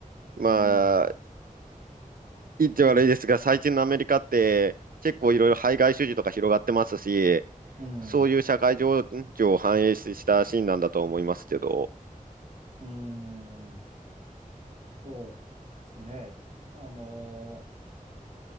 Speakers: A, on the right; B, on the right.
A: まあ、
B: うん、
A: 言って悪いですが、
B: ええ、
A: 最近のアメリカって結構いろいろ排外主義とか広がってますし、
B: うん、
A: そういう社会情緒を反映したシーンなんだと思いますけど、
B: うん。そうですね。あの